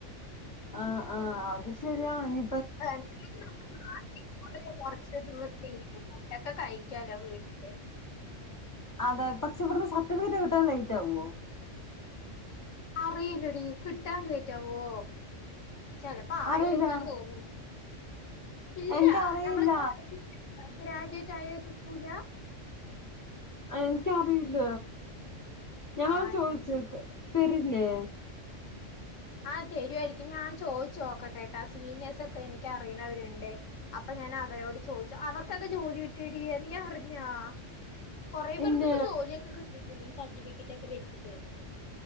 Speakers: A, on the left; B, on the left.
A: ആഹ ആഹ അത് ശരിയാ ഇനി
B: ആ അന്ക്ക് <unintelligible> കൊറച്ച് ദിവസെയിരിക്കും ഫുഡ്‌ഒക്കെ കഴിക്കാലോ വീട്ടില്
A: അതെ പക്ഷെ ഇവിടുന്ന് സർട്ടിഫിക്കറ്റ് കിട്ടാൻ ലേറ്റ് ആവോ
B: അറിയില്ലടീ കിട്ടാൻ ലേറ്റാവോ ചെലപ്പോ ആയെക്കാൻ
A: അറിയില്ല
B: തോന്നുന്നു ഇല്ല
A: എനിക്കറിയില്ല
B: നമ്മള് ഗ്രാജു ഗ്രാജുവേറ്റ് ആയ കിട്ടൂല
A: എനിക്കറിയില്ല ഞാനതാ
B: ആ
A: ചോയിചെ തരില്ലേ
B: ആഹ് തരുവായിരിക്കും ഞാൻ ചോയിച്ചു നോക്കട്ടെട്ടൊ സീനിയെ ഴ്സൊക്കെ എനിക്ക് അറിയണവരുണ്ട് അപ്പൊ ഞാൻ അവരോട് ചോയി അവർക്കൊക്കെ ജോലി കിട്ടീടി അത് നി അറിഞ്ഞാ കൊറെ പേർക്കൊക്കെ
A: ഇല്ല
B: ജോലിയൊക്കെ കിട്ടിട്ടുണ്ട് ഈ സർട്ടിഫിക്കറ്റ് ഒക്കെ വെച്ചിട്ട്